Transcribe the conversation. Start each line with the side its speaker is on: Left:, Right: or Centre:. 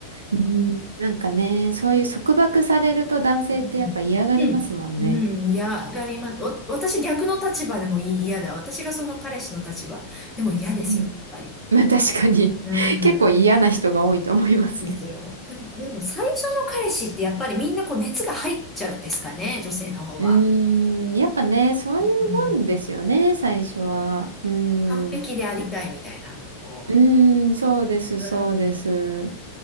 Right: うん、なんかね、そういう束縛されると男性ってやっぱ嫌がりますもんね。
Centre: うん。うんうん。うん、嫌がります。お、私逆の立場でもいい、嫌だ。私がその彼氏の立場でも嫌ですよ、
Right: うん
Centre: やっぱり。
Right: まあ確かに <laughs>
Centre: うん。
Right: 結構嫌な人が多いと思いますね。
Centre: ですよ。でも、でも最初の彼氏ってやっぱりみんなこう熱が入っちゃうんですかね、女性の方は。
Right: うーん、やっぱね、そういうもんですよね、
Centre: うん。
Right: 最初は。うーん、
Centre: 完璧でありたいみたいな、
Right: う
Centre: こ
Right: ーん、そうです、
Centre: う。
Right: そうです。
Centre: う